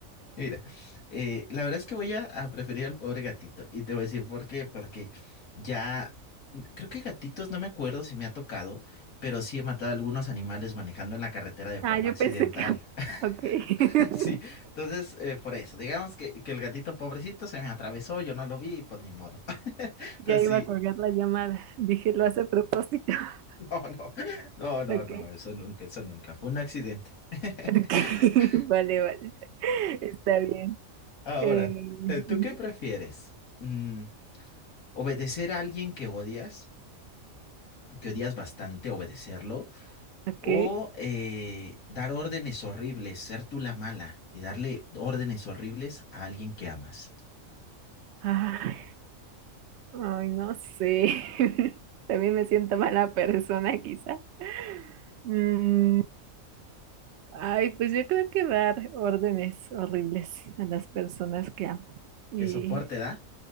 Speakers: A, on the left (about 80°); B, on the right (about 65°).
A: Mira, eh, la verdad es que voy a, a preferir al pobre gatito. Y te voy a decir por qué. Porque ya, n- creo que gatitos, no me acuerdo si me ha tocado, pero sí he matado a algunos animales manejando en la carretera de forma
B: Ah, yo
A: accidental.
B: pensé que...
A: <laughs>
B: Ok.
A: Sí,
B: <laughs>
A: entonces, eh, por eso, digamos que, que el gatito pobrecito se me atravesó, yo no lo vi, y pues ni modo. <laughs> Entonces
B: Ya iba
A: sí,
B: a colgar la llamada. Dije, lo hace a propósito. <laughs>
A: no, no, no, no,
B: Ok.
A: no, eso nunca, eso nunca. Fue un accidente. <laughs>
B: Ok. <laughs> Vale, vale. Está bien.
A: Ahora,
B: Eh,
A: eh, ¿tú
B: ujú.
A: qué prefieres? Mm, ¿obedecer a alguien que odias, que odias bastante, obedecerlo?
B: ok.
A: ¿O eh, dar órdenes horribles, ser tú la mala y darle órdenes horribles a alguien que amas?
B: Ah, Ay, no sé. <laughs> También me siento mala persona, quizá. Mm, ay, pues yo creo que dar órdenes horribles a las personas que amo. Y,
A: ¿Qué soporte da?